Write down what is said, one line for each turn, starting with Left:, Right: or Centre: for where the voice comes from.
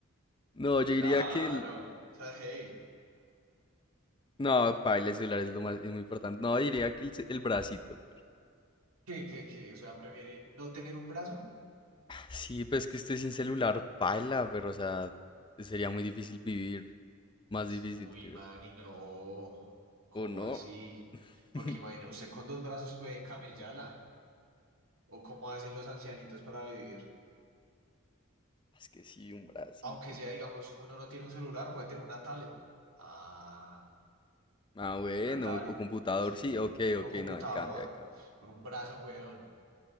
Left: No, yo
Right: Claro.
Left: diría que el...
Right: O sea, hey.
Left: No, paila, el celular es lo más, es muy importante. No, diría que el, ce- el bracito, pero...
Right: ¿Qué, qué, qué? O sea, prefiere no tener un brazo.
Left: Sí, pues que estoy sin celular, paila, pero o sea, sería muy difícil vivir. Más difícil,
Right: Uy,
Left: creo.
Right: man, y no. ¿Cómo
Left: ¿O no?
Right: así? Porque
Left: <laughs>
Right: imagina, usted con dos brazos puede camellarla. O cómo hacen los ancianitos para vivir.
Left: Es que sí, un bracito.
Right: Aunque sea, digamos, uno no tiene un celular, puede tener una tablet. Ah,
Left: Ah, bueno,
Right: una tablet.
Left: o computador,
Right: Sí.
Left: sí, ok,
Right: O
Left: ok,
Right: computador.
Left: no, ahí cambia, cambia.
Right: Con un brazo, weón.